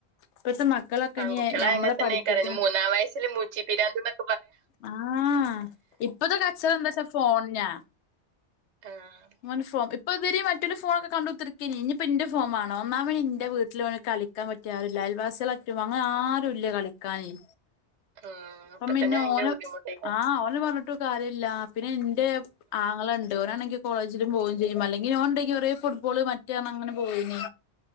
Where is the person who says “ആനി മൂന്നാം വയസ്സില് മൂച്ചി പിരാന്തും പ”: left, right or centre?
Right